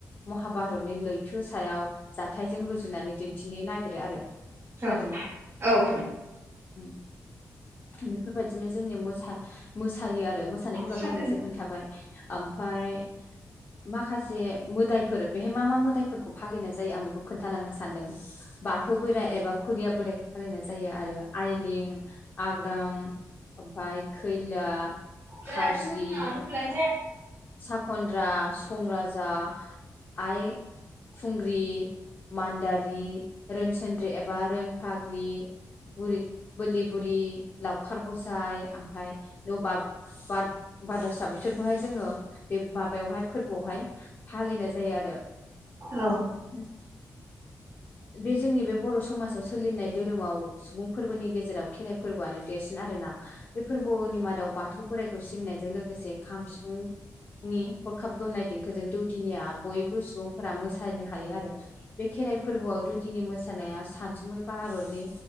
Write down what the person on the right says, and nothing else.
औ
औ
खोनादों
जायासै
आंना म‌बाइलानो
औ